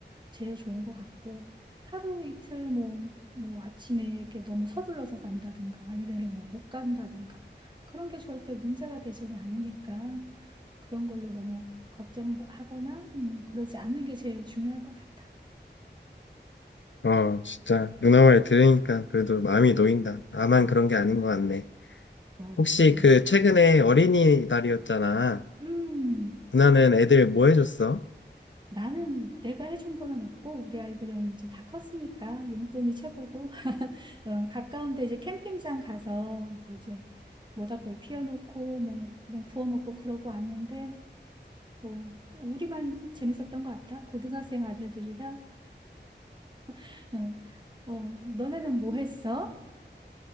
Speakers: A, on the right (about 25°); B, on the left (about 80°).
A: 제일 좋은 것 같고 하루 이틀 뭐, 뭐 아침에 이렇게 너무 서둘러서 간다든가 아니면은 뭐 못 간다든가 그런 게 절대 문제가 되지는 않으니까 그런 걸로 너무 걱정하거나 음, 그러지 않는 게 제일 중요할 것 같아.
B: 어, 진짜 누나 말 들으니까 그래도 마음이 놓인다. 나만 그런 게 아닌 것 같네.
A: 그럼.
B: 혹시 그 최근에 어린이날이었잖아.
A: 음.
B: 누나는 애들 뭐 해줬어?
A: 나는 내가 해준 거는 없고 우리 아이들은 이제 다 컸으니까 용돈이 최고고 <laughs> 어, 가까운데 이제 캠핑장 가서 뭐 이제 모닥불 피워놓고 뭐 이런 구워 먹고 그러고 왔는데 뭐 우리만 재밌었던 것 같아 고등학생 아들들이라 <laughs> 어 어, 너네는 뭐 했어?